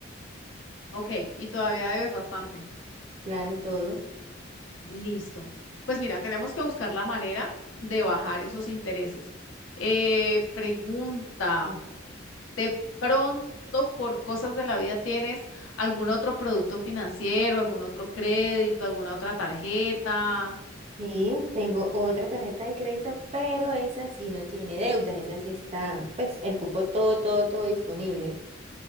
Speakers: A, on the left; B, on the right.
A: Ok, y todavía debes bastante.
B: Claro, todo.
A: Listo. Pues mira, tenemos que buscar la manera de bajar esos intereses. Eh, pregunta,
B: Ujú.
A: ¿de pronto por cosas de la vida tienes algún otro producto financiero, algún otro crédito, alguna otra tarjeta?
B: Sí, tengo otra tarjeta de crédito, pero esa sí no tiene deudas. Esa sí está, pues, el cupo todo, todo, todo disponible.